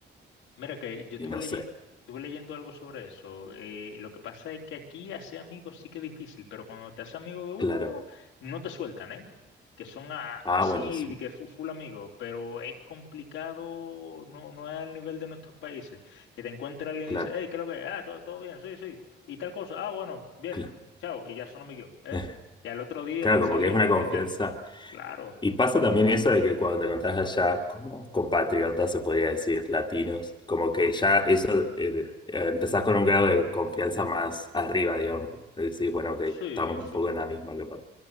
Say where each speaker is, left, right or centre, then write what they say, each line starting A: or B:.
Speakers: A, on the left; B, on the left.
A: Mira que yo estuve,
B: y no
A: leye-
B: sé,
A: estuve leyendo algo sobre eso. eh, lo que pasa es que aquí hacer amigos sí que es difícil, pero cuando te haces amigo de uno,
B: claro,
A: no te sueltan, ¿eh? Que son a-
B: ah,
A: así,
B: buenísimo,
A: de que fu- full amigo, pero es complicado, no, no es al nivel de nuestros países. Que te encuentre alguien
B: claro,
A: y dice, hey, ¿qué es lo que es? Ah, todo, todo bien, sí, sí. Y tal cosa, ah, bueno, bien,
B: claro,
A: chao, y ya son amigos, ¿eh?
B: <laughs>
A: Ya el otro día
B: claro,
A: están saliendo
B: como que es una confianza.
A: y tal. Claro.
B: Y pasa también eso de que cuando te encontrás allá, como compatriotas, se podría decir, latinos, como que
A: Ujú.
B: ya eso, eh, eh, empezás con un grado de confianza más arriba, digamos. como que Decís, bueno, ok, estamos
A: Sí,
B: un
A: sí.
B: poco en la misma, capaz.